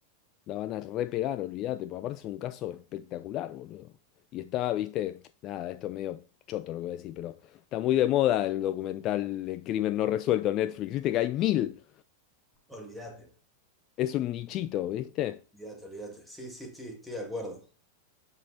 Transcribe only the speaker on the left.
la van a repegar, olvídate. Porque aparte es un caso espectacular, boludo. Y está, viste, nada, esto es medio choto lo que voy a decir, pero está muy de moda el documental El crimen no resuelto en Netflix. Viste que hay mil.
Es un nichito, ¿viste?